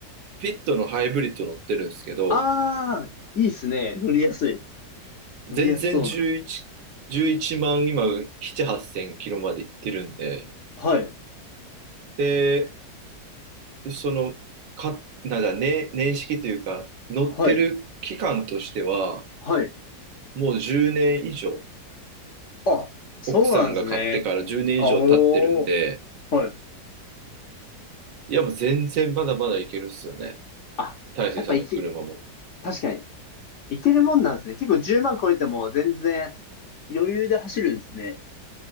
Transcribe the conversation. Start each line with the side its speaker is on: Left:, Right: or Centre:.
Right: フィットのハイブリッド乗ってるんですけど、
Left: ああ、いいっすね。乗りやすい。
Right: 全然11、
Left: 乗りやすそうな。
Right: 11万、今、7、8千キロまで行ってるんで、
Left: はい、
Right: で、その、か、なんだ、ね、年式というか、乗ってる期間としては、
Left: はい、はい。
Right: もう10年以上、
Left: あ、そうなんですね。
Right: 奥さんが買ってから10年以上経ってるんで、
Left: あおー。はい。
Right: いやもう全然まだまだいけるっすよね。
Left: あ、
Right: 大成さんの車も。
Left: やっぱいけ、確かに、いけるもんなんですね。結構10万超えても全然余裕で走るんですね。